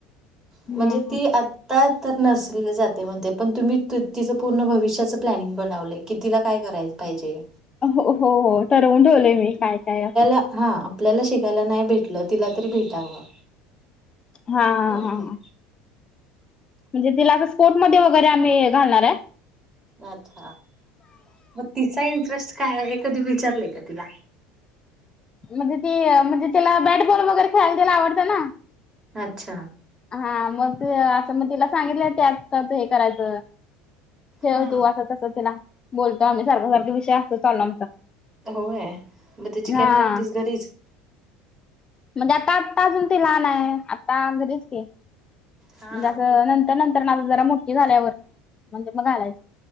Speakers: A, on the left; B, on the right.
A: हम्म.
B: म्हणजे ती आता ता तर नर्सरीला जाते म्हणते पण तुम्ही तिचं पूर्ण भविष्याचं प्लॅनिंग बनवलंय की तिला काय करायचं. पाहिजे.
A: हो हो हो ठवून ठवलेय मी काय काय असं.
B: हा‌ आपल्याला शिकायला नाही भेटलं तिला तरी भेटावं.
A: हा
B: होय की
A: हा हा
B: नाही
A: म्हणजे तिला असं स्पोर्ट मध्ये वगैरे आम्ही घालणार आहे.
B: अच्छा मग तिचा इंटरेस्ट काय आहे हे कधी विचारलंय का तिला.
A: म्हणजे ते म्हणजे, त्याला बॅट बॉल वगैरे खेळायला त्याला आवडतं ना.
B: अच्छा.
A: हा मग ते असं मग तिला सांगितलं त्यात त्याच हे करायचं. खेळ
B: हा
A: तू असं तसं ते ना बोलतो आम्ही सारख सारखे विषय असतो चालू आमचा.
B: होय मग त्याची काय
A: हा.
B: प्रॅक्टिस घरीच.
A: म्हणजे आता आता अजून ते लहान आहे, आता घरीच कि
B: हा.
A: म्हणजे असं त्यानंतर ना आता जरा मोठी झाल्यावर म्हणजे मग घालायच.